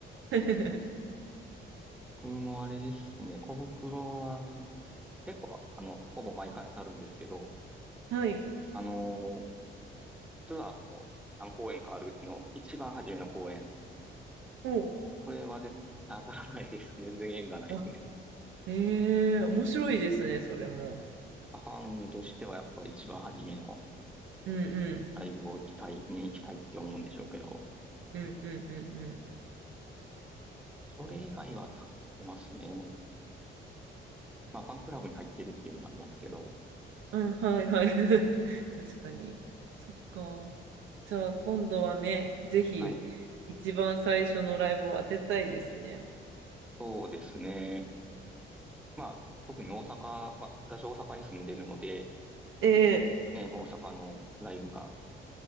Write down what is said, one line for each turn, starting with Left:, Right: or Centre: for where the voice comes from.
Right: <laughs>
Centre: 僕もあれですね、小袋は結構、あの、ほぼ毎回当たるんですけど、
Right: はい。
Centre: あのーツアーの何公演かあるうちの一番初めの公演。
Right: お、
Centre: これは絶対当たらないです。全然縁がないですね。
Right: あ、ええ面白いですね、それも。
Centre: ファンとしてはやっぱり一番初めの
Right: うんうん。
Centre: ライブを行きたい、見に行きたいって思うんでしょうけど、
Right: うんうんうんうん。
Centre: それ以外は立ってますね。まあ、ファンクラブに入ってるっていうのもありますけど、
Right: うん、はいはい。<laughs> 確かに。そっか。じゃあ今度はね、ぜひ一番最初のライブを当てたいですね。
Centre: はい。そうですね。まあ、特に大阪、まあ、私大阪に住んでるので、
Right: ええ
Centre: ね、大阪のライブが